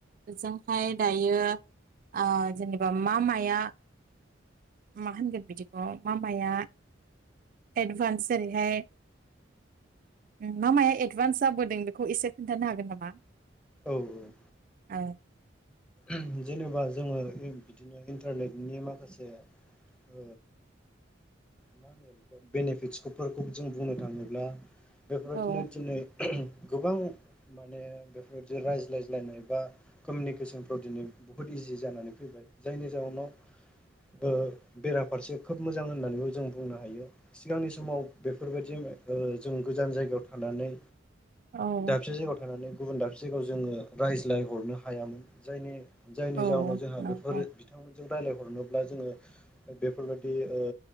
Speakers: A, on the right; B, in the centre.
A: बेजोंहाय दायो ओ जेनेबा मा माया मा होनगोन बिदिखौ मा माया एडभानस जेरैहाय ओम मा माया एडभान्स जाबोदों बेखौ एसे खोन्थानो हागोन नामा
B: औ औ
A: औ
B: ओम जेनेबा जोङो बिदिनो इन्टारनेटनि माखासे ओ मा होनो बिखौ बेनिफिटसफोरखौ जों बुंनो थांङोब्ला बेफोरबायदिनो
A: औ
B: दिनै <unintelligible> गोबां माने बेफोरबायदि रायज्लायज्लायनाय बा कोमिउनिकेसन आव दिनै बुहुत इजि जानानै फैबाय जायनि जाहोनाव ओ बेराफारसे खोब मोजां होननानैबो जों बुंनो हायो सिगांनि समाव बेफोरबायदि <unintelligible> ओ जों गोजान जायगायाव थानानै
A: औ
B: दाबसे जायगायाव थानानै गुबुन दाबसे जायगायाव जोंङो रायज्लायहरनो हायामोन जायनि जायनि
A: औ
B: जाहोनाव जोंहा
A: नंगौ
B: बेफोर बिथांमोनजों रायलाय हरनोब्ला जोङो बेफोरबायदि ओ